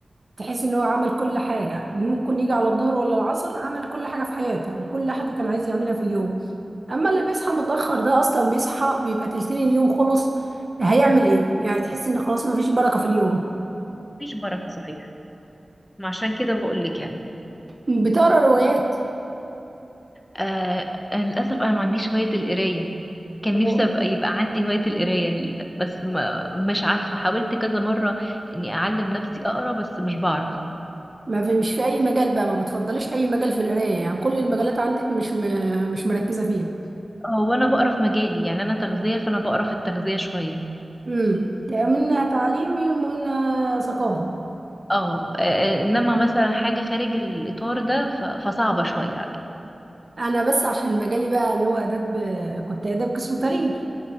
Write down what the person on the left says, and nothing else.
مفيش بركة صحيح ما عشان كده بقولك يعني
آه للأسف أنا ما عنديش هواية القراية كان
نفسي ابقى يبقى عندي هواية القراية ال- بس ما مش عارفة حاولت كذا مرة اني اعلم نفسي اقرا بس مش بعرف
هو انا بقرا في مجالي يعني انا تغذية فانا بقرا في التغذية شوية
اه آه، آه، انما مثلا حاجة خارج الاطار ده ف- فصعبة شوية عليا